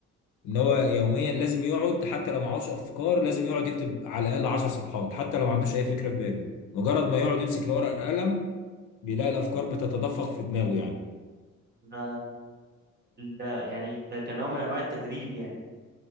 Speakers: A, on the left (about 80°); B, on the right (about 35°).
A: ان هو يوميا لازم يقعد حتى لو معهوش افكار لازم يقعد يكتب على الاقل 10 صفحات حتى لو ما عندوش اي فكره في باله مجرد ما يقعد يمسك الورقه والقلم بيلاقي الافكار بتتدفق في دماغه يعني
B: ده ده يعني ده كنوع من انواع التدريب يعني